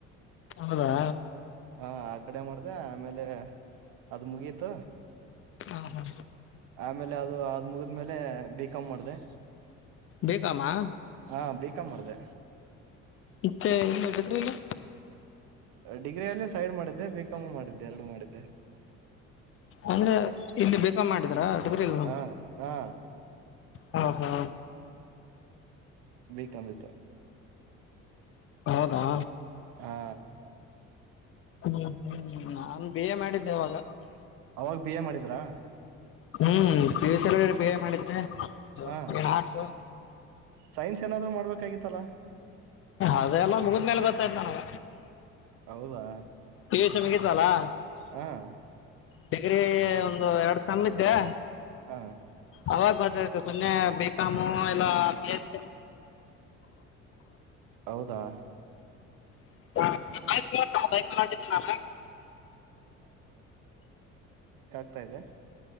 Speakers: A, on the left; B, on the right.
A: ಹೌದಾ
B: ಹ ಆ ಕಡೆ ಮಾಡ್ದ ಆಮೇಲೆ ಅದು ಮುಗೀತ
A: ಹ ಹ
B: ಆಮೇಲೆ ಅದು ಮುಗಿದ್ಮೇಲೆ ಬಿಕಾಮ್ ಮಾಡಿದೆ
A: ಬಿ ಕಾಮ್ ಆ
B: ಹಾ ಬ ಕಾಮ್ ಮಾಡಿದೆ
A: ಇತ್ತೆ ಇಲ್ಲ ಎದುಕ್ಕ್ರನು
B: ಡಿಗ್ರಿಿಯಲ್ಲಿ ಸೈಡ್ ಮಾಡಿದ್ದೆ ಬೇಕಮ್ಮು ಮಾಡಿದ್ದೆ ಎರಡು ಮಾಡಿದ್ದೆ
A: ಅಂದ್ರೆ ಇಲ್ಲಿ ಬೇಕಾ ಮಾಡಿದ್ರಾ ಟಗರಿಲ್ಲ
B: ಹ ಹಾ
A: ಹ್ಮ ಹ್ಮ
B: ವ ಕ ಮತ್ರ
A: ಹೌದಾ
B: ಹಾ
A: ಹ್ಮ್ ಹ್ಮ್ ನಾನ್ ಬಿ ಎ ಮಾಡಿದ್ದೆ ಅವಾಗ
B: ಅವಾಗ ಬಿ ಎ ಮಾಡಿದ್ರಾ
A: ಹ್ಮ್ ಫ್ಯೂಸ್ ಎಲ್ಲ ಬೇ ಮಾಡಿದ್ದೆ
B: ಹಾ
A: ಏನ್ ಆರ್ಟ್ಸ್
B: ಸೈನ್ಸ್ ಏನಾದ್ರೂ ಮಾಡ್ಬೇಕಾಗಿತ್ತಲ್ಲಾ
A: ಅದೆಲ್ಲ ಮುಗಿದ್ಮೇಲೆ ಗೊತ್ತಾಯ್ತ ನನಗ
B: ಹೌದಾ
A: ಟ್ಯೂಷನ್ಗತ್ತಲಾ
B: ಹ
A: ಡಿಗ್ರಿ ಒಂದು ಎರಡು ಸ ಇದ್ದೆ
B: ಹ
A: ಅವವಾಗ ಬ ್ತು ಸೊನ್ನೆ ಬಿಕಾಮು ಇಲ್ಲ ಎಸ್
B: ಹೌದಾ
A: ಹಿದ್ದ ನ <unintelligible>
B: ಆತಾ ಇದೆ